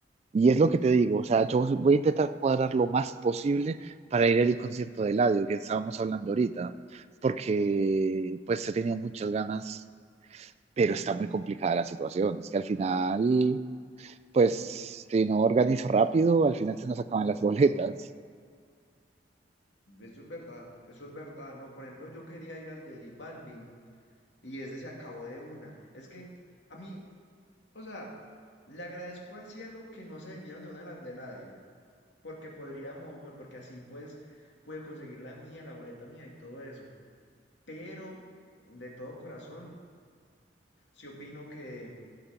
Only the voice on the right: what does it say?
Y es lo que te digo, o sea, yo voy a intentar cuadrar lo más posible para ir al concierto de Eladio, que estábamos hablando ahorita, porque pues he tenido muchas ganas, pero está muy complicada la situación. Es que al final, pues si no organizo rápido, al final se nos acaban las boletas.